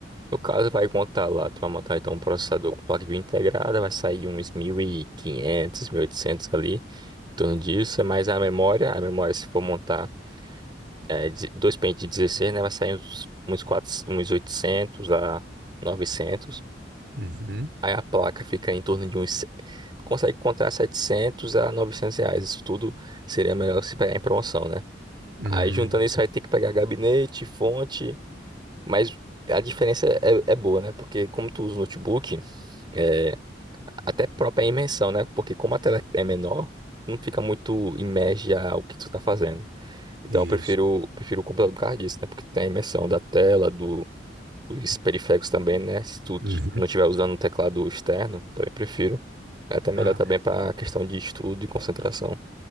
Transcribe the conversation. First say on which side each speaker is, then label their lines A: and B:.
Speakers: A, on the right; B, on the right.
A: No caso, vai montar lá, tu vai montar então um processador com placa de vídeo integrada, vai sair uns mil mil e quinhentos, mil e oitocentos ali, em torno disso, é mais a memória, a memória se for montar é, de- dois pentes de 16, né, vai sair uns, uns, 4, uns oitocentos a novecentos.
B: Uhum.
A: aí a placa fica em torno de uns, consegue encontrar 700 a 900 reais, isso tudo seria melhor se pegar em promoção, né?
B: Hum,
A: Aí juntando isso, vai ter que pegar gabinete, fonte... Mas a diferença é, é boa, né? Porque como tu usa o notebook, é, até própria imersão, né? Porque como a tela é menor, não fica muito imerge ao que tu tá fazendo. Então
B: isso.
A: eu prefiro, prefiro o computador por causa disso, né? Porque tem a imersão da tela, do, dos periféricos também, né? Se tu t-
B: Uhum.
A: não estiver usando um teclado externo, também prefiro. É até melhor
B: Ah,
A: também para questão de estudo e concentração.